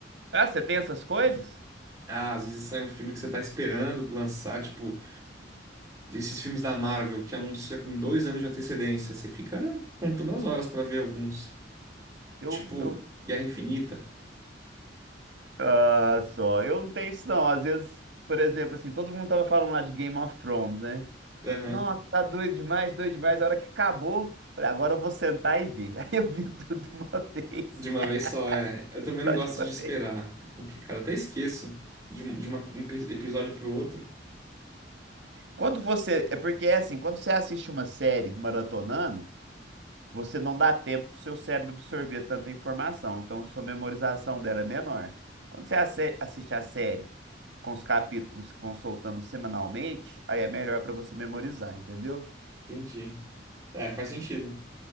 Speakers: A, on the right; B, on the right.
A: Ah, você tem essas coisas?
B: Ah, às vezes sai um filme que você tá esperando lançar, tipo, esses filmes da Marvel que anuncia com dois anos de antecedência. Você fica contando as horas pra ver alguns.
A: Eu,
B: Tipo,
A: eu...
B: Guerra Infinita.
A: Ah, só. Eu não tenho isso, não. Às vezes, por exemplo, assim, todo mundo tava falando lá de Game of Thrones, né?
B: Aham.
A: Nossa, tá doido demais, doido demais. A hora que acabou, falei, agora eu vou sentar e ver. <laughs> Aí eu vi tudo de uma vez,
B: De uma vez só, é. Eu
A: <laughs>
B: também não
A: só
B: gosto
A: de uma
B: de
A: vez.
B: esperar. É complicado. Até esqueço de, um- de uma- um pe- episódio pro outro.
A: Quando você, é porque é assim, quando você assiste uma série maratonando, você não dá tempo pro seu cérebro absorver tanta informação, então sua memorização dela é menor. Quando você asse- assiste a série com os capítulos que vão soltando semanalmente, aí é melhor pra você memorizar, entendeu?
B: Entendi. É, faz sentido.